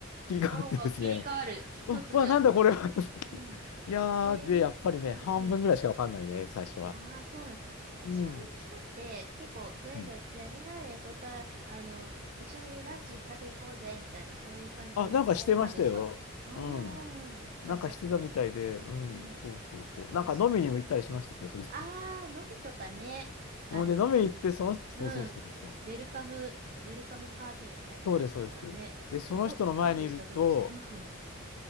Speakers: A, on the left (about 80°); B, on the right (about 40°).
A: 切り替わってですね、
B: おお、切り替わる。き突如。
A: あ、わ、なんだこれは
B: うん。うん。
A: <laughs> いやー、
B: えー、
A: で、やっぱりね、
B: うん、
A: 半分ぐらいしかわかんないね、
B: うん。
A: 最初は。
B: ああ、そうなんですね。え、
A: うん。
B: そういう人って結構フレンドに、
A: うん
B: じゃあみんなでこれから、あの、一緒にランチ食べ行こうぜ、みたいな、そういう感じの、
A: あ、なんかしてましたよ。
B: あれもあるんですかあ
A: うん。
B: ーあ、
A: なんかしてたみたいで、
B: じゃあ、うん、
A: うん、
B: うん。
A: そうそうそう。なんか飲みにも行ったりしましたよ、
B: じゃあ、それ、
A: それで。
B: ああ、のびとかね。あの、
A: もうで、飲みに行って、その人、そうそうそうそう。
B: うん。ウェルカム、ウェルカムパーティーみたいな感じですもんね。
A: そうです、そうです。で、その人の前にいると、
B: え、ど、どうでしたどうでしたうん。